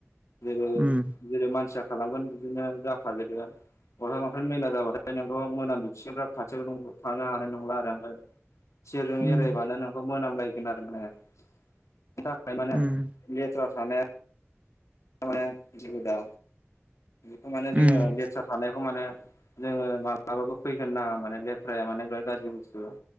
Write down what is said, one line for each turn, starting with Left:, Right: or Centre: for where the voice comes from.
Left: जेरै
Right: उम
Left: जेरै मानसिया खालामगोन बिदिनो जाफादेरगोन। गस्ला लंफेन मैला जाबाथाय नोंखौ मोनामजोबसिगोन ओमफाय खाथियाव नोंखौ थानो हानाय नंला आरो ओमफ्राय सिरजों
Right: उम
Left: एरायबानो नोंखौ मोनामलायगोन आरो माने बिनि थाखाय माने
Right: उम
Left: लेथ्रा थानाया माने जुदा बेखौ माने
Right: उम
Left: जोङो लेथ्रा थानाय खौ माने जोङो माब्लाबाबो फैहोनो नाङा माने लेथ्राया बिराज गाज्रि बसथु।